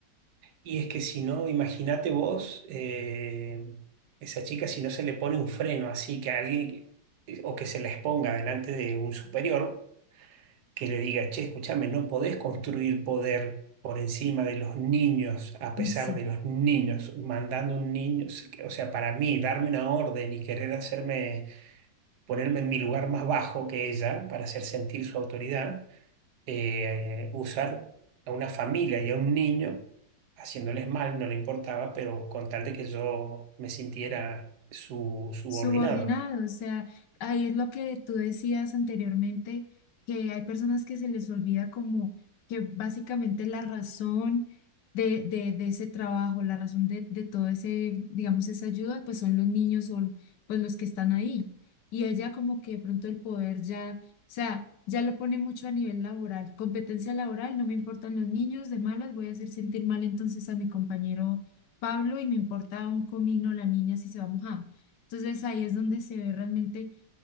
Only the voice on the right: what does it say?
Y es que si no, imagínate vos, eh, esa chica, si no se le pone un freno así que alguien, eh, o que se la exponga delante de un superior, que le diga, che, escúchame, no podés construir poder por encima de los niños, a pesar
de los niños, mandando un niño, o sea, para mí, darme una orden y querer hacerme, ponerme en mi lugar más bajo que ella para hacer sentir su autoridad eh, usar a una familia y a un niño, haciéndoles mal, no le importaba, pero con tal de que yo me sintiera su subordinado.